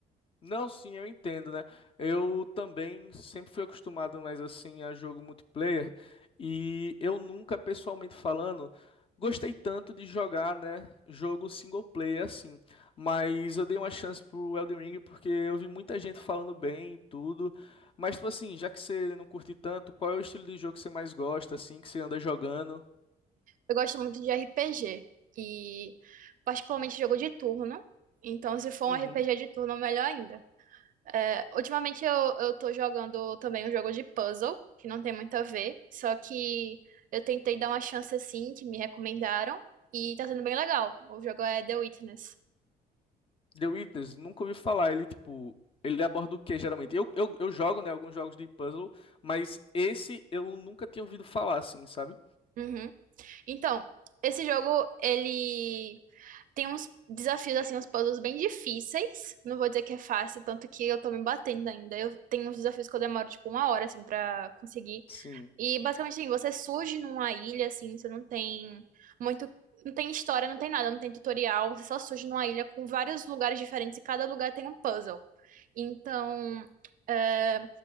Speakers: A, on the left (about 30°); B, on the right (about 55°).
A: Não, sim, eu entendo, né? Eu também sempre fui acostumado mais assim a jogo multiplayer e eu nunca, pessoalmente falando, gostei tanto de jogar, né, jogo single player assim. Mas eu dei uma chance pro Elden Ring porque eu vi muita gente falando bem e tudo. Mas tipo assim, já que você não curte tanto, qual é o estilo de jogo que você mais gosta assim, que você anda jogando?
B: Eu gosto muito de RPG e particularmente jogo de turno. Então, se for
A: Uhum.
B: um RPG de turno, melhor ainda. É, ultimamente eu, eu tô jogando também um jogo de puzzle, que não tem muito a ver, só que eu tentei dar uma chance assim, que me recomendaram, e tá sendo bem legal. O jogo é The Witness.
A: The Witness, nunca ouvi falar. Ele, tipo, ele aborda o que geralmente? Eu, eu, eu jogo, né, alguns jogos de puzzle, mas esse eu nunca tinha ouvido falar, assim, sabe?
B: Uhum. Então, esse jogo, ele Tem uns desafios, assim, uns puzzles bem difíceis. Não vou dizer que é fácil, tanto que eu tô me batendo ainda. Eu tenho uns desafios que eu demoro, tipo, uma hora, assim, pra conseguir.
A: Sim.
B: E, basicamente, assim, você surge numa ilha, assim, você não tem muito... Não tem história, não tem nada, não tem tutorial. Você só surge numa ilha com vários lugares diferentes e cada lugar tem um puzzle. Então, é,